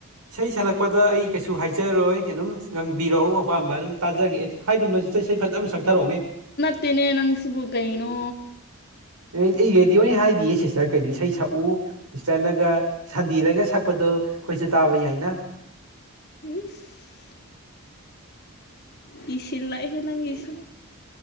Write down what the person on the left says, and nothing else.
ꯍꯩꯇꯦꯅꯦ ꯅꯪ ꯁꯤꯕꯨ ꯀꯩꯅꯣ
ꯢꯁ ꯀꯤꯁꯤꯜꯂꯛꯑꯦꯍꯦ ꯅꯪꯒꯤꯁꯨ